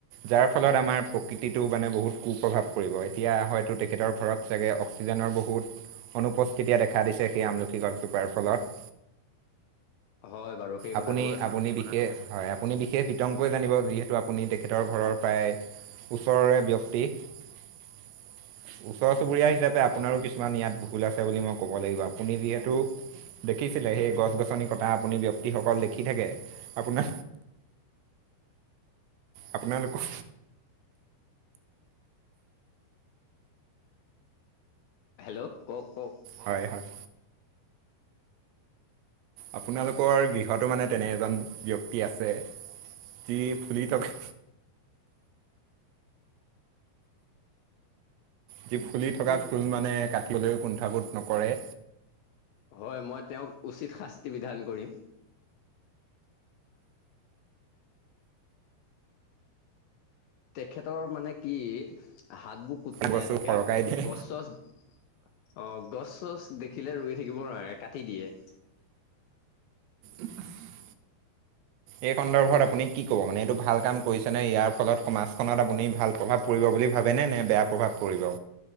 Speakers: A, on the right; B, on the left.
A: যাৰ ফলত আমাৰ প্ৰকৃতি টো মানে বহুত কুপ্ৰভাৱ এতিয়া হয়ো তেখেতৰ ঘৰত চাগে অক্সিজেনৰ বহুত অনুপস্থতি দেখা দিছে, সেই আমলখি গছ জোপাৰ ফলত।
B: হয় বাৰু সেই
A: আপুনি
B: কথাটো
A: আপুনি বিশেষ হয় আপুনি বিশেষ বিতংকৈ জানিব যিহেতু আপুনি তেখেতৰ ঘৰৰ প্ৰায় ওচৰৰে ব্যক্তি। <inaudible> ওচৰ চুবুৰীয়া হিচাপে আপোনাৰো কিছুমান ইয়াত ভুল আছে বুলি মই ক'ব লাগিব আপুনি যিহেতু দেখিছিলে সেই গছ-গছনি কটা আপুনি ব্যক্ত ক্তিসকল দেখি থাকে। আপোনা আপোনালোকক
B: হেল্ল' কওক কওক?
A: হয় হয় আপোনালোকৰ গৃহতো মানে তেনে এজন ব্যক্তি আছে। যি ফুলি তাক যি ফুলি থকা ফুল মানে কাটিবলৈও কুণ্ঠাবোধ নকৰে
B: হয়। মই তেওঁক উচিত শাস্তি বিধান কৰিম। তেখেতৰ মানে কি হাতবোৰ কুট কুটাই
A: বস্তু
B: থাকে
A: সৰকাই দিয়ে
B: গছ-চছ অ গছ চছ খিলে ৰুই থাকিব নোৱাৰে, কাটি দিয়ে।
A: উম <unintelligible> এই সন্দৰ্ভত আপুনি কি কব মানে? এইটো ভাল কাম কৰিছে নে, ইয়াৰ ফলত সমাজখনত আপুনি ভাল প্ৰভাৱ পৰিব বুলি ভাবেনে নে বেয়া প্ৰভাৱ পৰিব।